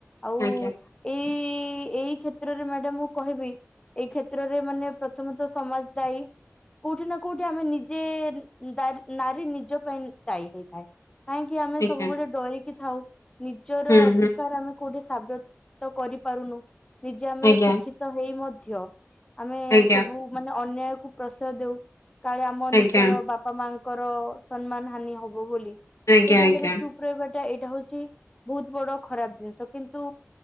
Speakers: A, on the left; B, on the left.
A: ଆଉ
B: ଆଜ୍ଞା
A: ଏଇ ଇ ଏଇ କ୍ଷେତ୍ରରେ ମ୍ୟାଡାମ ମୁଁ କହିବି ଏଇ କ୍ଷେତ୍ରରେ ମାନେ ପ୍ରଥମେ ତ ସମାଜ ଦାୟୀ। କୋଉଠି ନା କୋଉଠି ଆମେ ନିଜେ ଦାର ନାରୀ ନିଜ ପାଇଁ ଦାୟୀ ହେଇଥାଏ। କାହିଁକି ଆମ୍
B: ଆଜ୍ଞା
A: ସବୁବେଳେ ଡରିକି ଥାଉ ନିଜର
B: ହୁଁ
A: ଅଧିକାର
B: ହୁଁ
A: ଆମେ କୋଉଠି ସାବ୍ୟସ୍ତ କରିପାରୁନୁ। ନିଜେ ଆମେ
B: ଆଜ୍ଞା
A: ଶିକ୍ଷିତ ହେଇ ମଧ୍ୟ ଆମେ
B: ଆଜ୍ଞା
A: ସବୁ ମାନେ ଅନ୍ୟାୟକୁୁ ପ୍ରସୟ ଦେଉ କାଳେ ଆମ
B: ଆଜ୍ଞା
A: ନିଜର ବା ପା ମାଆଙ୍କର ସମ୍ମାନ ହାନି ହବ ବୋଲି
B: ଆଜ୍ଞା
A: ସେ ଜାଗାରେ
B: ଆଜ୍ଞା
A: ପୁରେଇବାଟା ଏଇଟା ହୋଉଚି ବୋହୁତ ବଡ ଖରାପ ଜିନିଷ କିନ୍ତୁ